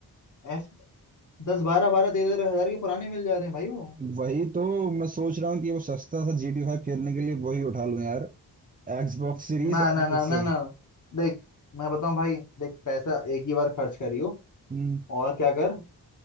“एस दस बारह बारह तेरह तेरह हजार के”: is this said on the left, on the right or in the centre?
Left